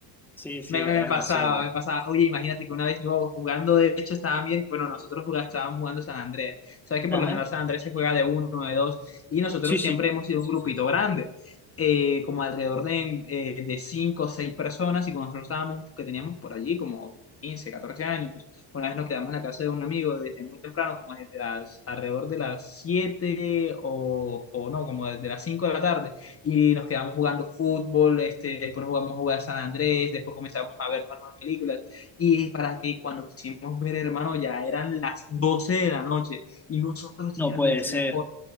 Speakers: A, in the centre; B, on the left.
A: Sí, sí,
B: Me,
A: era
B: me pasaba,
A: demasiado loco.
B: me pasaba. Oye, imagínate que una vez yo jugando, de hecho, estaba bien. Bueno, nosotros jugá- estábamos jugando San Andrés. Sabes que por
A: Ajá.
B: lo general San Andrés se juega de uno, de dos, y nosotros
A: Sí, sí,
B: siempre hemos sido un grupito grande, eh, como alrededor de, eh, de cinco o seis personas. Y cuando nosotros estábamos, que teníamos por allí como quince catorce años, una vez nos quedamos en la casa de un amigo desde muy temprano, como desde las, alrededor de las 7 o, o no, como desde las 5 de la tarde y nos quedamos jugando fútbol, este, después jugamos a jugar San Andrés, después comenzamos a vernos algunas películas y para que cuando quisimos ver, hermano, ya eran las 12 de la noche y nosotros,
A: no
B: mierda,
A: puede
B: el señor
A: ser.